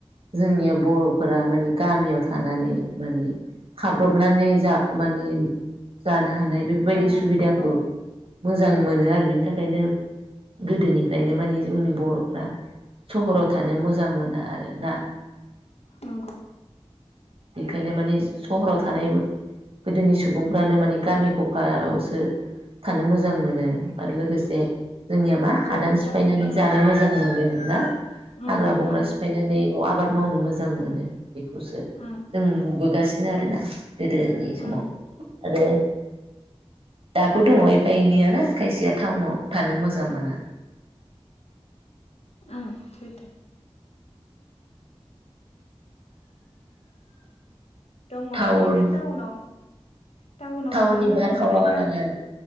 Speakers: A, on the right; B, on the left.
A: जोंनिया बर'फोरा मानि गामियाव थानानै माने खाब्रबनानै जा माने जानो हानाय बेफोरबायदि
B: जानाय
A: सुबिदाखौ
B: औ
A: मो मोजां मोनो आरो बेनि थाखायनो गोदोनिफ्रायनो माने जोंनि बर'फ्रा सहराव थानो मोजां मोना आर ना
B: नंगौ
A: बेखायनो माने सहराव थानाय गोदोनि सुबुंफ्रानो माने गामि गफायावसो थानो मोजां मोनो आरो लोगोसे जोंनिया मा
B: ज'
A: हादान
B: ज'
A: सिफायनानै
B: जाजाय ओं
A: जानो मोजां मोनो ना
B: उम
A: हाग्रा बंग्रा
B: उम
A: सिफायनानै बयाव आबाद मावनो मोजां मोनो बेखौसो
B: उम
A: नुबोगासिनो आरो ना गोदोनि समाव
B: उम
A: आरो दाबो दङ एफा एनैय ना खायसेया टाउनाव थानो मोजां मोना
B: उम सैथो दङ
A: टाउन
B: बिदिनो टाउनाव टाउनाव
A: टाउननि
B: थानो मोजां
A: बारहावाया
B: मोननाय गामि